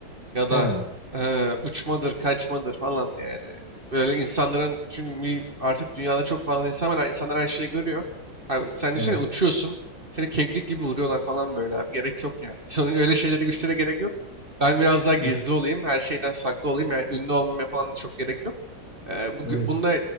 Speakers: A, on the right (about 25°); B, on the left (about 50°).
A: ya da
B: Ha.
A: eee, uçmadır, kaçmadır falan yani. Böyle insanların çünkü mil- artık dünyada çok fazla insan var. İnsanlar her şeyi görüyor. Abi, sen düşünsene
B: Evet.
A: uçuyorsun. Seni keklik gibi vuruyorlar falan böyle abi. Gerek yok yani. <laughs> Sonra öyle şeylere güçlere gerek yok. Ben biraz daha gizli
B: Evet.
A: olayım. Her şeyden saklı olayım. Yani ünlü olmaya falan da çok gerek yok. Eee bu,
B: evet,
A: bunda